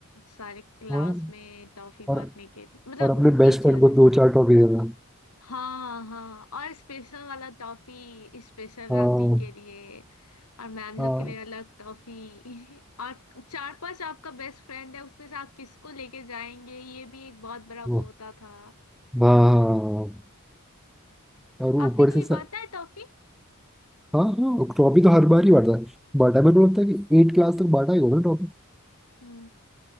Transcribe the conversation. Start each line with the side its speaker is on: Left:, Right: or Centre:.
Left: सारे क्लास
Centre: हाँ
Left: में टॉफी
Centre: और
Left: बांटने के लिए मतलब
Centre: और अपने बेस्ट
Left: टीचर
Centre: फ्रेंड को
Left: है।
Centre: दो चार टॉफी देना
Left: हाँ हाँ और स्पेशल वाला टॉफी स्पेशल
Centre: हाँ
Left: आदमी के लिए और मैम
Centre: हाँ
Left: लोग के लिए अलग टॉफी <laughs> और चार पांच आपका बेस्ट फ्रेंड है उसमें से आप किसको लेके जाएंगे ये भी एक बहुत बड़ा वो
Centre: हाँ
Left: होता था
Centre: हाँ हाँ, और ऊपर
Left: आपने कभी
Centre: से सर
Left: बांटा है टॉफी
Centre: हाँ हाँ ट्रॉफी तो हर बार ही बांटा है बांटा है मेरे को लगता है कि एट क्लास तक बांटा ही होगा ना ट्रॉफी
Left: हम्म